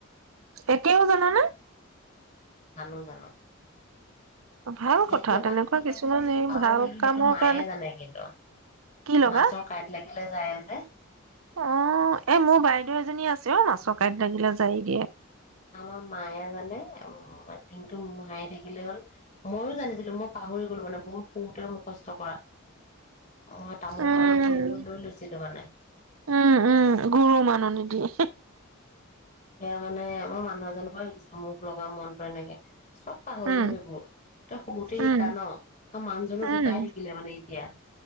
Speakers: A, on the right; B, on the left.
A: এতিয়াও জানানে
B: জানো- জানো।
A: ভাল
B: কাঁইট
A: কথা
B: লগাটো
A: তেনেকুৱা
B: শিকাইছিলে
A: কিছুমান
B: সেইটো
A: এই
B: পাহৰিলোঁ
A: ভাল কামৰ
B: সেইটো মায়ে
A: কাৰণে
B: জানে কিন্তু,
A: কি লগা
B: মাছৰ কাঁট লাগিলে জাৰে যে হেই
A: অ' এ মোৰ বাইদেউ এজনী আছে। আছে অ ' মাছৰ কাঁইট লাগিলে জাৰি দিয়ে।
B: আমাৰ মায়ে মানে উম' দিনটো মোহাৰি থাকি আহিলে হ'ল। ময়ো জানিছিলোঁ মই পাহৰি গলো মানে বহুত সৰুতে মুখষ্ট কৰা। অ' তামোল
A: উম,
B: পাণ দি সেইটো লৈ লৈছিলো মানে।
A: উম' -উম' গুৰু মাননি দিয়ে।
B: এইয়া মানে। মই মানুহ এজনৰ পৰা শিকিছিলোঁ মুখ লগা মন্ত্ৰ এনেকে। চব পাহৰিলোঁ
A: উম,
B: এইবোৰ একদম সৰুতে শিকা
A: উম,
B: ন' আৰু মানুহজনো
A: উম।
B: ঢুকাই থাকিলে মানে এতিয়া।